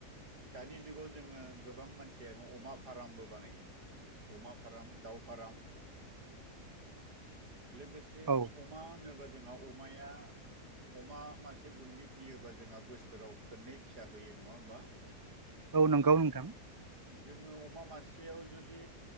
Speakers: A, on the right; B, on the right.
A: दानि जुगाव जोङो गोबां मानसियानो अमा फार्मबो बानायो। अमा फाराम दाउ फाराम लोगोसे
B: औ
A: अमा होनोब्ला जोंहा अमाया अमा मासे बुन्दि फियोबा जोंहा बोसोराव खोननै फिसा होयो नङा होमबा?
B: औ नंगौ नोंथां।
A: जोङो अमा मासेयाव जुदि